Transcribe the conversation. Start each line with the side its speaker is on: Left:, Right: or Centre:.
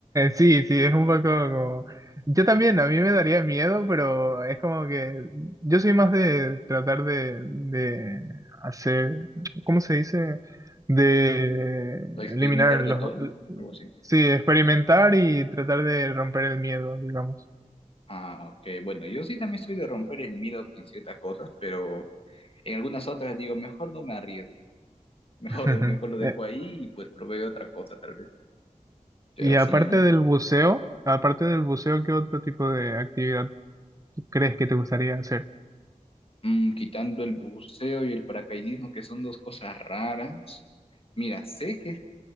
Right: Sí, sí, es un poco como... Yo también, a mí me daría miedo, pero es como que yo soy más de tratar de, de hacer, ¿cómo se dice? De
Left: ¿A experimentar
Right: eliminar
Left: de
Right: los...
Left: todo? Algo así.
Right: Sí, experimentar y tratar de romper el miedo, digamos.
Left: Ah, ok. Bueno, yo sí también soy de romper el miedo en ciertas cosas, pero en algunas otras digo, mejor no me arriesgo. Mejor,
Right: <laughs>
Left: mejor lo dejo
Right: Eh,
Left: ahí y pues proveo otra cosa tal vez. Pero
Right: Y
Left: así,
Right: aparte
Left: ¿no?
Right: del buceo, aparte del buceo, ¿qué otro tipo de actividad crees que te gustaría hacer?
Left: Mm, quitando el buceo y el paracaidismo, que son dos cosas raras. Mira, sé que es,